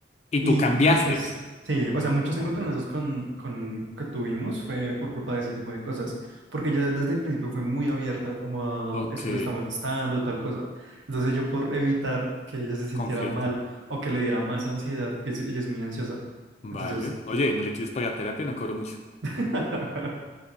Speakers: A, on the left; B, on the right.
A: Y
B: Y
A: tú cambiaste.
B: muchas, sí, o sea, muchos encontronazos
A: Obvio.
B: con, con, que tuvimos fue por culpa de ese tipo de cosas, porque ella desde el principio fue muy abierta como a
A: Ok.
B: eso me está molestando, tal cosa. Entonces yo por evitar que ella se sintiera
A: Conflicto.
B: mal o que le diera más ansiedad, porque sí, ella es muy ansiosa.
A: Vale.
B: Entonces,
A: Oye, ¿no le quieres pagar terapia? No cobro mucho.
B: <laughs>